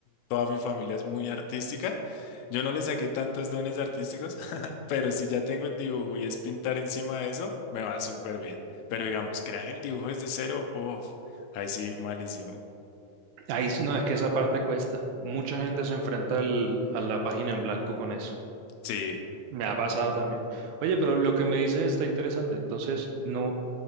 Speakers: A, on the left; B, on the right.
A: toda mi familia es muy artística. Yo no le saqué tantos dones artísticos, <laughs> pero si ya tengo el dibujo y es pintar encima de eso, me va súper bien. Pero digamos, crear el dibujo desde cero, uff, ahí sí, malísimo.
B: Ahí sí, no, es que esa parte cuesta. Mucha gente se enfrenta al- a la página en blanco con eso.
A: Sí.
B: Me ha pasado también. Oye, pero lo que me dices está interesante. Entonces, no, O